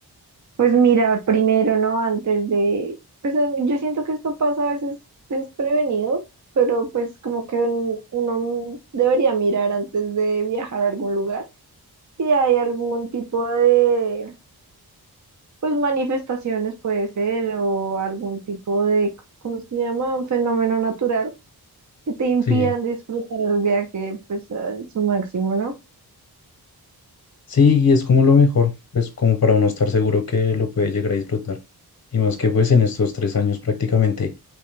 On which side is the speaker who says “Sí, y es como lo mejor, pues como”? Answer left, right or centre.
Left